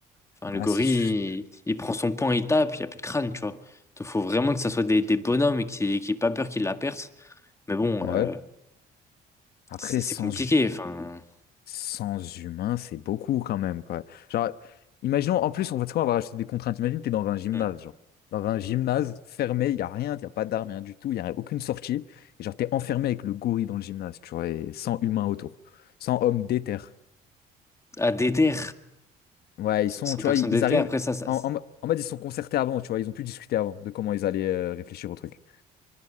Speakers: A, on the left; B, on the left.
A: Enfin, le
B: Ah,
A: gorille,
B: c'est. su-
A: il, il prend son poing, il tape, il n'y a plus de crâne, tu vois. Donc, faut vraiment que ça soit des, des bonhommes et qui qui aient pas peur qu'ils la perdent. Mais bon,
B: Ouais.
A: euh,
B: Après,
A: c'est c'est
B: sans
A: compliqué.
B: hu-
A: Enfin,
B: 100 humains, c'est beaucoup quand même, quoi. Genre, imaginons, en plus, on va, tu sais quoi, on va rajouter des contraintes. Imagine, t'es dans un gymnase,
A: hmm.
B: genre. Dans un gymnase fermé, il n'y a rien, il n'y a pas d'armes, rien du tout, il n'y a aucune sortie. Et genre, t'es enfermé avec le gorille dans le gymnase, tu vois, et 100 humains autour. sans hommes déter.
A: à déter,
B: Ouais, ils
A: 100
B: sont, tu
A: personnes
B: vois, ils,
A: déter,
B: ils arrivent.
A: après ça, ça.
B: En,
A: ça-
B: en, mo- en mode, ils se sont concertés avant, tu vois, ils ont pu discuter avant de comment ils allaient euh, réfléchir au truc.